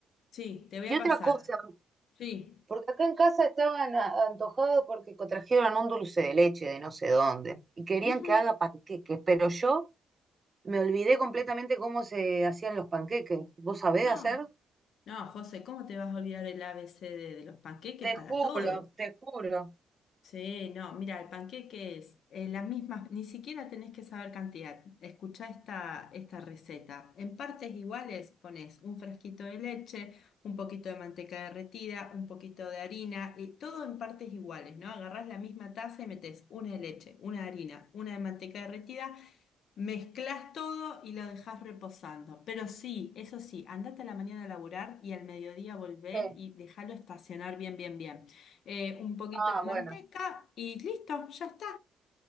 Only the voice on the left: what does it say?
Sí, te voy
a
pasar.
Sí.
Ujú.
No,
no, José, ¿cómo te vas a olvidar el A ABC de, de los panqueques
para
todo?
Sí, no, mira, el panqueque es eh, la misma, ni siquiera tenés que saber cantidad. Escuchá esta, esta receta. En partes iguales pones un frasquito de leche, un poquito de manteca derretida, un poquito de harina, y todo en partes iguales, ¿no? Agarrás la misma taza y metes una de leche, una de harina, una de manteca derretida Mezclas todo y lo dejas reposando. Pero sí, eso sí, andate a la mañana a laburar y al mediodía volvé
y déjalo estacionar bien, bien, bien. Eh, un poquito
de
manteca y listo, ya está.